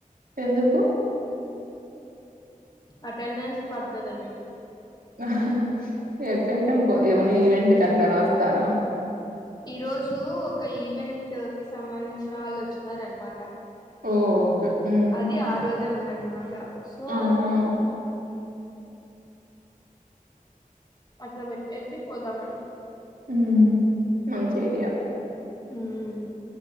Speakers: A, on the right; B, on the left.
A: ఎందుకు?
B: అటెండెన్స్. పడుతదని
A: అ హ హ ఎక్కడికన్ పొ, ఏవన్న ఈవెంట్కి అట్ల రాస్తారా.
B: ఈ రోజూ, ఒక ఈవెంట్ సంబంధించిన వాళ్లొ చ్చినారన్మాట.
A: ఓహ్! ఓకే. హ్మ్.
B: అది, ఆ రోజే ఉన్నాను. మాట సో
A: ఆ! ఆ!
B: అట్ల పెట్టేసి పొదామని.
A: ఊ, మంచి ఐడియా.
B: ఊమ్